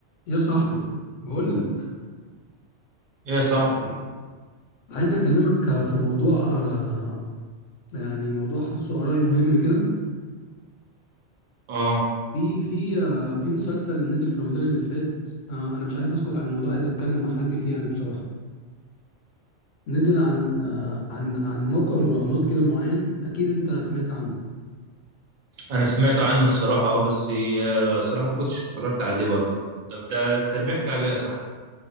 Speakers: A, on the left; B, on the right.
A: يا صاحبي بقول لك
B: ايه يا صاحبي
A: عايز اكلمك في موضوع آه، يعني موضوع حاسه ارائي مهم كده
B: اه
A: في في آه، في مسلسل نزل في رمضان اللي فات آه، انا مش عارف اسكت عن الموضوع عايز اتكلم مع حد فيه يعني بصراحة نزل عن آه، عن عن موقع مراهنات كده معين اكيد انت سمعت عنه
B: انا سمعت عنه الصراحه اه بس آه، صراحه ما كنتش اتفرجت عليه برضه طب ده كان بيحكي عليه يا صاحبي